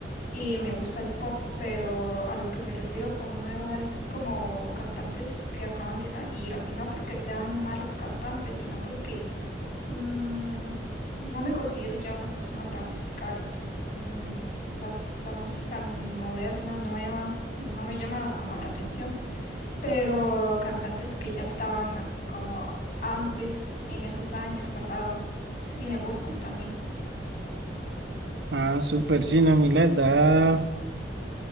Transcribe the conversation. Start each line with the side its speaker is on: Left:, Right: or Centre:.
Left: Y me gusta el pop, pero a lo que me refiero con nuevo es como cantantes que acaban de salir, así, no porque sean malos cantantes, sino porque mm, no me considero ya una persona tan musical, entonces mm, las, la música moderna, nueva, no me llama como la atención pero cantantes que ya estaban como antes, en esos años pasados, sí me gustan también.
Right: Ah, súper, sí, no, a mí la verdad,